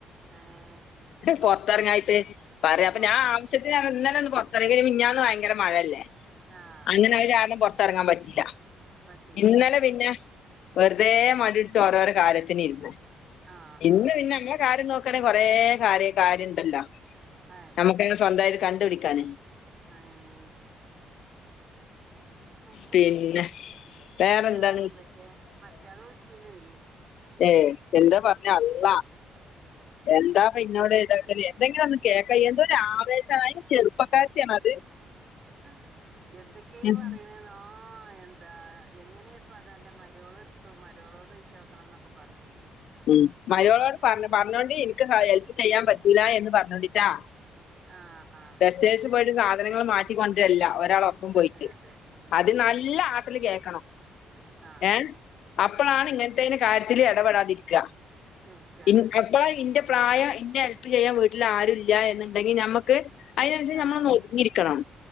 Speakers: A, on the right; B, on the left.
A: ആഹ്
B: പൊർത്തർങ്ങായ്ട്ട് പറയാ അപ്പ
A: പൊർത്തെർ
B: ഞാൻ ആവശ്യത്തിനേർങ്ങും ഇന്നലെ ഒന്ന് പൊർത്തർങ്ങിടി മി ഞ്ഞാന്ന് ഭയങ്കര മഴല്ലേ?
A: ആഹ്
B: അങ്ങനെ
A: ആഹ്
B: അത് കാരണം പൊർത്തർങ്ങാൻ പറ്റീല്ല.
A: പറ്റീല
B: ഇന്നലെ
A: അതന്നെ
B: പിന്നെ വെർതേ മടിയുട്ച്ചോരോരോ കാര്യത്തിനിര്ന്ന്
A: ആഹ്
B: ഇന്ന്
A: ആഹ്
B: പിന്നെ
A: ആഹ്
B: മ്മളെ കാര്യം നോക്ക് ണേ കൊറേ കാര്യ കാര്യണ്ടല്ലോ
A: അയന്നെ
B: നമുക്കെന്നെ സ്വന്തായിട്ട് കണ്ടുപിടിക്കാന്
A: ഏഹ് ഒക്ക
B: പിന്നെ
A: സെരിയാവും.
B: വേറെന്താണ്
A: വേറെന്തൊക്കേ? മറ്റാള് വിളിച്ചീന്നെയ്
B: ഏഹ് എന്താ പർഞ്ഞള്ളാ. എന്താപ്പ ഇന്നോട് ഇതാക്ക എന്തെങ്കിലു ഒന്ന് കേക്ക എന്തോ ആവേശാണ് അയ്‌ന്. അയ്‌ന് ചെറുപ്പക്കാരത്തി ആണോ അത്.
A: ആഹ് എന്തൊക്കേ
B: ഉം.
A: പറയ്ണ് ആഹ് എന്താ എങ്ങനേപ്പത് അൻ്റെ മരോളട്ത്തോ? മരോളോടോയ്ച്ചോ? ണംന്നൊക്കെ പറഞ്ഞു. ഉം
B: ഉം മരോളോട് പറഞ്ഞ്. പറഞ്ഞോണ്ടീൻക്ക് സഹ ഹെൽപ്പ് ചെയ്യാൻ പറ്റൂല എന്ന് പർഞ്ഞോണ്ടിട്ടാ
A: ആഹ് ആഹ്
B: ടെസ്റ്റൈൽസ്
A: അതന്നെ
B: പോയിട്ട് സാധനങ്ങള് മാറ്റിക്കൊണ്ടര്ല്ല. ഒരാളോ പ്പം പോയിട്ട്.
A: അതെ അതെ ഉം
B: അത് നല്ല
A: ഉം
B: ആട്ടല് കേക്കണം.
A: ആഹ്
B: ഏഹ് അപ്പളാണ്ങ്ങ
A: അതെ
B: നേ കാര്യത്തില് എടപെടാതിരിക്കാ.
A: ഇരിക്ക അതന്നെ
B: ഇൻ അപ്പളാ ഇന്റെ പ്രായം ഇന്നെ ഹെല്പ് ചെയ്യാൻ വീട്ടിലാരുല്ല എന്നുണ്ടെങ്കി ഞമ്മക്ക് അയ്നനുസരിച്ച്
A: ആഹ്
B: നമ്മളൊന്നൊതുങ്ങിരിക്കണം.